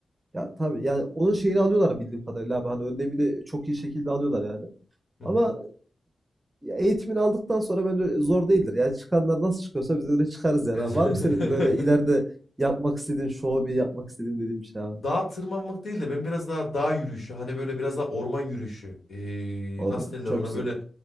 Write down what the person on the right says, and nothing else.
Ya tabii yani onun şeyini alıyorlar bildiğim kadarıyla abi. Hani önlemini çok iyi şekilde alıyorlar yani.
Ama
ya eğitimini aldıktan sonra bence zor değildir. Yani çıkanlar nasıl çıkıyorsa biz de öyle çıkarız yani.
abi. Var mı senin böyle ileride
yapmak istediğin, şu hobi yapmak istediğin dediğin bir şey abi?
O
da
çok
güzel.